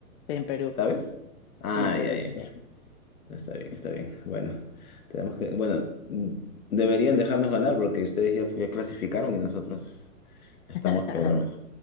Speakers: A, on the left; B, on the left.
A: en Perú.
B: ¿Sabes? Ah,
A: Sí, en Perú
B: ya, ya,
A: se juega.
B: ya. Está bien, está bien. Bueno, tenemos que. Bueno, mm, deberían dejarnos ganar porque ustedes ya, ya clasificaron y nosotros estamos,
A: <laughs>
B: pero.